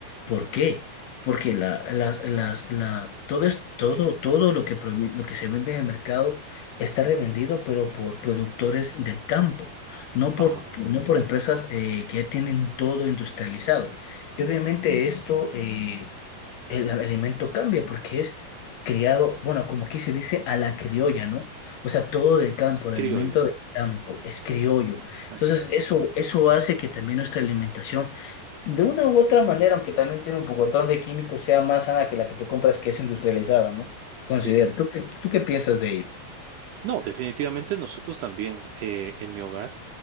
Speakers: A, on the left (about 70°); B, on the right (about 75°).
A: ¿Por qué? Porque la, las, las, la, todo, es, todo, todo lo que, provi- lo que se vende en el mercado está revendido, pero por productores del campo, no
B: Ajá.
A: por, no por empresas eh, que ya tienen todo industrializado. Y obviamente esto, eh, el alimento cambia porque es criado, bueno, como aquí se dice, a la criolla, ¿no? O sea, todo del campo,
B: Es criollo.
A: el alimento campo, es criollo.
B: Exacto.
A: Entonces, eso, eso hace que también nuestra alimentación, de una u otra manera, aunque también tiene un pocotón de químicos, sea más sana que la que tú compras, que es industrializada, ¿no? Considero,
B: Sí.
A: ¿tú qué, tú qué piensas de ello?
B: No, definitivamente nosotros también eh, en mi hogar,